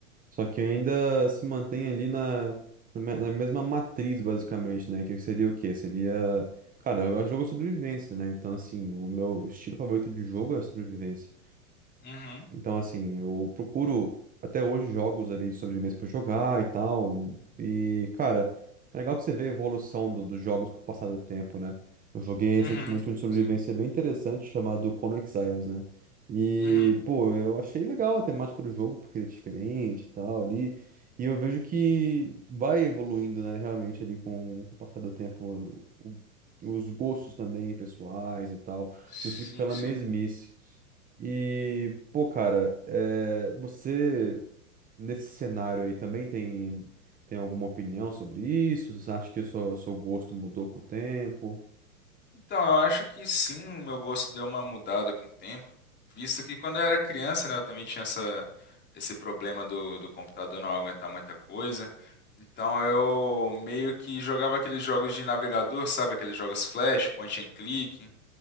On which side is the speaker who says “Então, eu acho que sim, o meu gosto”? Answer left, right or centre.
Left